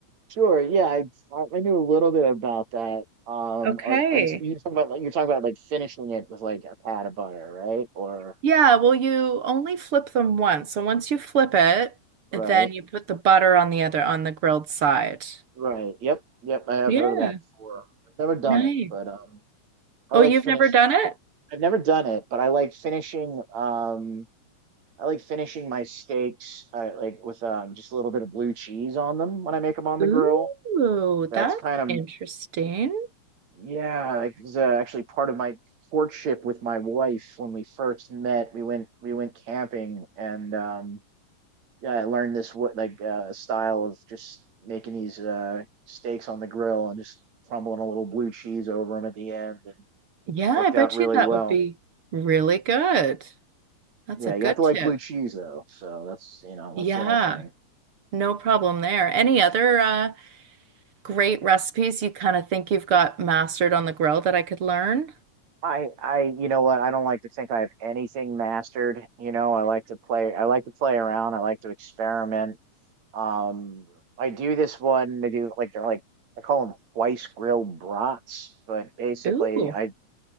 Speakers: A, on the right; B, on the right.
A: Sure, yeah, I I I knew a little bit about that. Um,
B: Okay.
A: are are you are you talking about like you're talking about like finishing it with like a pat of butter, right? Or
B: Yeah, well, you only flip them once. So once you flip it,
A: right,
B: then you put the butter on the other, on the grilled side.
A: right. Yep, yep. I have
B: Yeah,
A: heard of that before. I've never done
B: nice.
A: it, but um. I
B: Oh,
A: like
B: you've
A: finish.
B: never done it?
A: I've never done it, but I like finishing. Um, I like finishing my steaks uh, like with um just a little bit of blue cheese on them when I make them on the
B: Ooh,
A: grill. That's
B: that's
A: kind of
B: interesting.
A: yeah. Like, it's uh, actually part of my courtship with my wife when we first met. We went we went camping and um yeah, I learned this what like uh, style of just making these uh steaks on the grill and just crumbling a little blue cheese over them at the end and
B: Yeah,
A: worked
B: I bet
A: out really
B: you that
A: well.
B: would be really good. That's
A: Yeah,
B: a good
A: you have to like
B: tip.
A: blue cheese though. So that's you know
B: Yeah,
A: that's the only thing.
B: no problem there. Any other uh, great recipes you kind of think you've got mastered on the grill that I could learn?
A: I I you know what? I don't like to think I have anything mastered. You know, I like to play. I like to play around. I like to experiment. Um, I do this one. They do like they're like I call them twice grilled brats, but basically
B: Ooh,
A: I